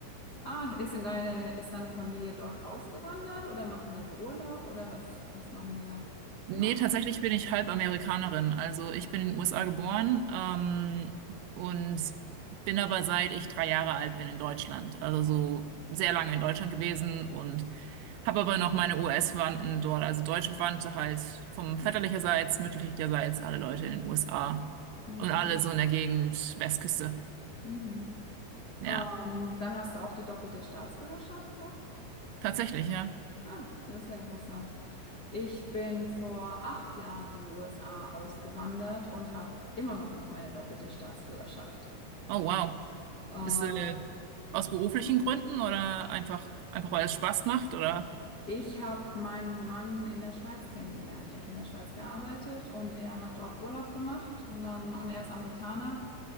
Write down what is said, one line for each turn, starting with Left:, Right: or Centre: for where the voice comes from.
Left: Ah, ist in deine, ist deine Familie dort ausgewandert oder machen die da Urlaub oder was, was machen die da?
Right: Nee,
Left: In Ordnung.
Right: tatsächlich bin ich halb Amerikanerin. Also ich bin in den USA geboren ähm, und bin aber seit ich drei Jahre alt bin in Deutschland. Also so sehr lange in Deutschland gewesen und Habe aber noch meine US-Verwandten dort, also deutsche Verwandte halt vom väterlicherseits, mütterlicherseits, alle Leute in den USA
Left: Mhm.
Right: und alle so in der Gegend Westküste.
Left: Mhm.
Right: Ja,
Left: Ähm, dann hast du auch die doppelte Staatsbürgerschaft noch.
Right: tatsächlich, ja.
Left: Ah, das ist ja interessant. Ich bin vor acht Jahren in die USA ausgewandert und habe immer noch nicht meine doppelte Staatsbürgerschaft.
Right: Oh wow.
Left: Ähm,
Right: Bist du aus beruflichen Gründen oder einfach, einfach weil es Spaß macht oder?
Left: Ich habe meinen Mann in der Schweiz kennengelernt. Ich habe in der Schweiz gearbeitet und er hat dort Urlaub gemacht und dann, und er ist Amerikaner.